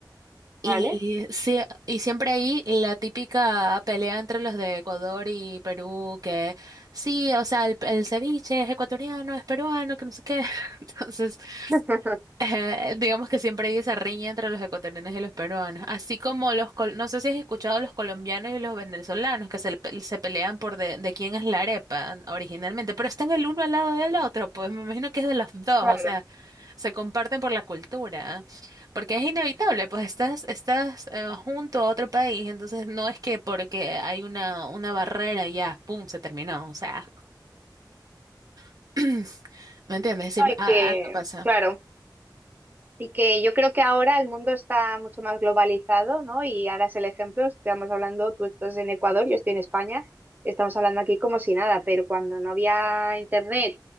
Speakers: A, on the right; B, on the right.
A: Y,
B: ¿Vale?
A: sí, y siempre ahí la típica pelea entre los de Ecuador y Perú, que sí, o sea, el, el ceviche es ecuatoriano, es peruano, que no sé qué. <laughs> Entonces,
B: <laughs>
A: eh, digamos que siempre hay esa riña entre los ecuatorianos y los peruanos. Así como los, col- no sé si has escuchado los colombianos y los venezolanos, que se, le pe- se pelean por de, de quién es la arepa originalmente, pero están el uno al lado del otro, pues me imagino que es de los dos,
B: Claro.
A: o sea se comparten por la cultura, porque es inevitable, pues estás, estás eh, junto a otro país, entonces no es que porque hay una, una barrera y ya, pum, se terminó, o sea, <clears throat> ¿me entiendes? Sí,
B: Hay
A: a-
B: que,
A: algo pasa.
B: claro. Y que yo creo que ahora el mundo está mucho más globalizado, ¿no? Y ahora es el ejemplo, estamos hablando, tú estás en Ecuador, yo estoy en España, estamos hablando aquí como si nada, pero cuando no había internet,